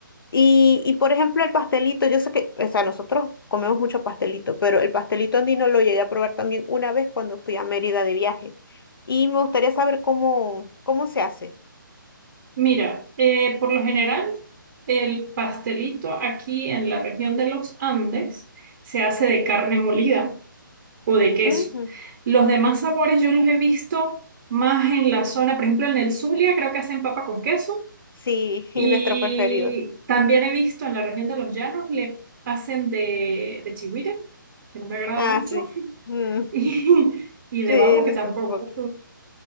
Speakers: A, on the left; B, on the right.
A: Y, y por ejemplo, el pastelito, yo sé que, o sea, nosotros comemos mucho pastelito, pero el pastelito andino lo llegué a probar también una vez cuando fui a Mérida de viaje. Y me gustaría saber cómo, cómo se hace.
B: mira, eh, por lo general el pastelito aquí en la región de los Andes se hace de carne molida. o de queso.
A: Ujú.
B: Los demás sabores yo los he visto más en la zona, por ejemplo, en el Zulia creo que hacen papa con queso
A: Sí, <laughs>
B: y
A: es nuestro preferido.
B: también he visto en la región de los Llanos le hacen de, de chigüire, que no me agrada
A: Ah,
B: mucho,
A: sí. Mm,
B: <laughs> y, y de
A: sí,
B: babo que
A: nuestro
B: tampoco.
A: favorito.